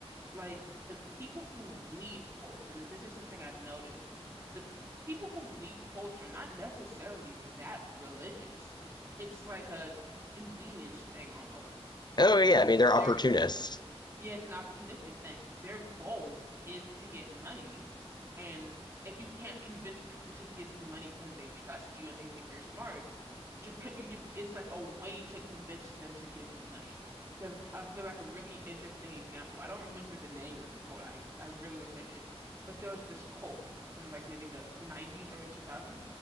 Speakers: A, on the right (about 25°); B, on the left (about 40°).
A: like the people who lead cults, and this is something I've noticed, the people who lead cults are not necessarily that religious. It's like a convenience thing almost
B: Oh
A: because
B: yeah, I mean they're
A: they're
B: opportunists.
A: yeah, it's an opportunistic thing. Their goal is to get money, and if you can't convince people to give you money because they trust you and they think you're smart, just could you just it's like a way to convince them to give you money. Because I feel like a really interesting example. I don't remember the name of the cult. I I really wish I did. But there was this cult from like maybe the 90s, early 2000s,